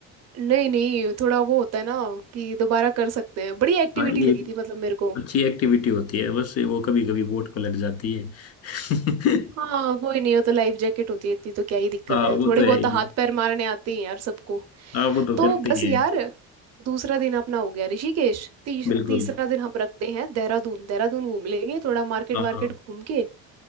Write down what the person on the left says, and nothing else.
हाँ ये
अच्छी एक्टिविटी होती है बस वो कभी कभी बोट पलट जाती है
<laughs>
हाँ
वो
तो है
ही
हाँ वो तो
करते
ही है
बिल्कुल
हाँ
हाँ